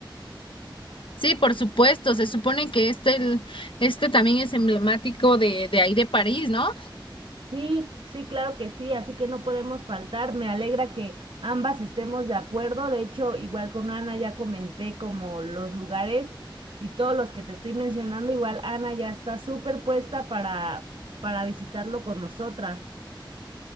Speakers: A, on the left; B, on the right.
A: Sí, por supuesto, se supone que este el- este también es emblemático de de ahí de París, ¿no?
B: Sí, sí, claro que sí, así que no podemos faltar. Me alegra que ambas estemos de acuerdo. De hecho, igual con Ana ya comenté como los lugares y todos los que te estoy mencionando, igual Ana ya está súper puesta para, para visitarlo con nosotras.